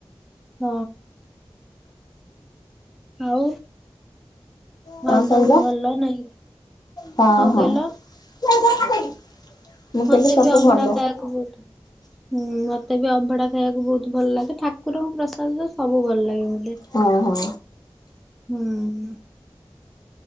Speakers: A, in the centre; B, on the left.
A: ହ। ଆଉ।
B: କଣ
A: ଆଉ ସବୁ
B: କହିଲ
A: ଭଲ ନାହିଁ
B: ହଁ
A: କଣ
B: ହଁ।
A: କହିଲ?
B: <unintelligible>
A: ମତେ
B: କହିଲି ସବୁ
A: ବି ଅଭଢା
B: ଭଲ
A: ଖାଇବାକୁ ବହୁତ ହୁଁ ମତେ ବି ଅଭଢା ଖ ଖାଇବାକୁ ବହୁତ ଭଲ ଲାଗେ ଠା କୁରଙ୍କ ପ୍ରସାଦ ସବୁ ଭଲ ଲାଗେ ମୋତେ
B: ହଁ ହଁ
A: ହୁଁ। ହୁଁ।